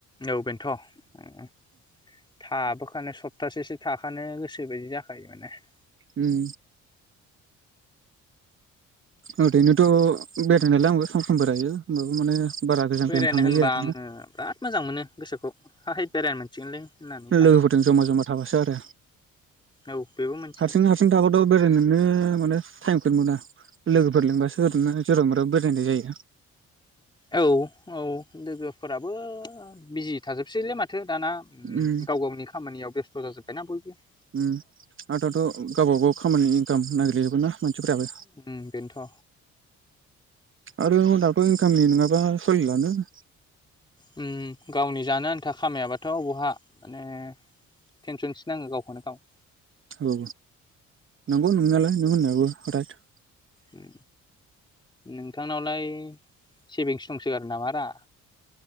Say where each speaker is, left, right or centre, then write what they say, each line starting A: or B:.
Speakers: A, on the left; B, on the right.
A: औ बेनोथ' उम थाबोखानो सप्तासेसो थाखानो गोसो बायदि जाखायो माने ।
B: उम ओरैनोथ' बेरायनायालाय आंबो सम समबोरायो होमबाबो माने बारा गोजान
A: बेरायनो
B: गोजान थांनाय
A: होनबा
B: जाया
A: आङो
B: ना
A: बिराद मोजां मोनो गोसोखौ हाहै बेरायनो मोनसिगोनलै होननानै सानो
B: लोगोफोरजों जमा जमा थाबासो आरो
A: औ बेबो मोनसे
B: हारसिं हारसिं थाबाथ' बेरायनोनो माने टाइम नोंगौ ना लोगोफोर लेंबासो ओरैनो जेराव मेराव बेरायनाय जायो।
A: औ औ लोगोफोराबो बिजि थाजोबसैलै माथो दाना
B: उम
A: गाव गावनि खामानियाव बेस्थ थ जाजोब्बायना फुल ।
B: उम आरो दाथ' गावबा गाव खामानि खाम नागिरलायजोबोना मानसिफोराबो ।
A: उम बेन्थ'।
B: आरो हदाबो गामिनि नङाब बा सलिलानो ।
A: उम गावनि जानो आन्था खामायाबाथ' बहा माने टेनसनसो नाङो गावखौनो गाव
B: औ नंगौ नंनायालाय नों होननायाबो राइट ।
A: उम नोंथांनावलाय सेभिंस दंसोगारो नामा रा?